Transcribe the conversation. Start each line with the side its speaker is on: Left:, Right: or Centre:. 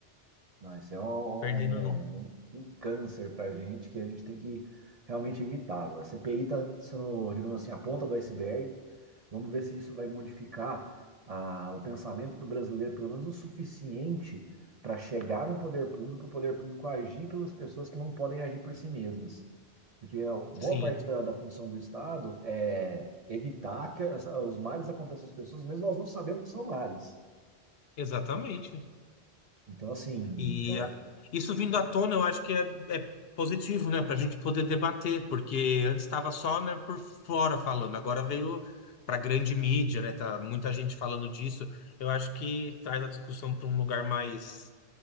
Right: Não, esse é um, um,
Left: Perdendo.
Right: um um, um câncer para a gente que a gente tem que realmente evitar. Agora, A CPI está sendo, digamos assim, a ponta do iceberg. Vamos ver se isso vai modificar ah, o pensamento do brasileiro, pelo menos o suficiente para chegar no poder público, o poder público agir pelas pessoas que não podem agir por si mesmas. Porque a boa
Left: Sim,
Right: parte da, da função do Estado é evitar que essa- os males aconteçam às pessoas, mesmo elas não sabendo que são males.
Left: exatamente.
Right: Então, assim,
Left: E
Right: é,
Left: a- isso vindo à tona, eu acho que é, é positivo, né, para a gente poder debater, porque antes estava só, né, por fora falando, agora veio para grande mídia, né, tá muita gente falando disso. Eu acho que traz a discussão para um lugar mais,